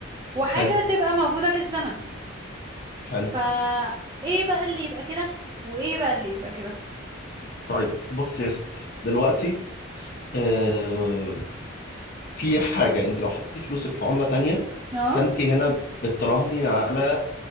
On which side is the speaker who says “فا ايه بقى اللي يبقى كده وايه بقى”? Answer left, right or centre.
Right